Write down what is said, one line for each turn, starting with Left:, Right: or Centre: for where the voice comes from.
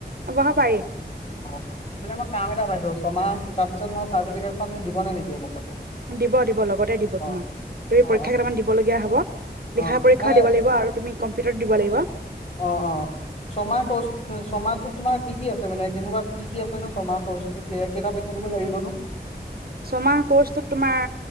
Right: অ' বঢ়া পাৰি।
Left: অ' মানে মই কাম এটা পাইছোঁ, ছমাহ শিকাৰ পিছত মই চাৰ্টিফিকেট দিব নে নিদিয়ে মোক?
Right: দিব দিব লগতে দিব
Left: অ
Right: তোমাক, তুমি
Left: অ
Right: পৰীক্ষা
Left: অ
Right: কেইটামান দিব লগগীয়া হ'ব। লিখা
Left: অ
Right: পৰীক্ষাও
Left: মানে
Right: দিব লাগিব আৰু তুমি কম্পিউটাৰত দিব লাগিব।
Left: অ', অ'। ছমাহ কৰ্চ, ছমাহটোত তোমাৰ কি কি আছে মানে কেনেকুৱা কি কি আছেনো ছমাহ কৰ্চ কেইটা পৰীক্ষ দিব লাগিবনো?
Right: ছমাহ কৰ্চটোত তোমাৰ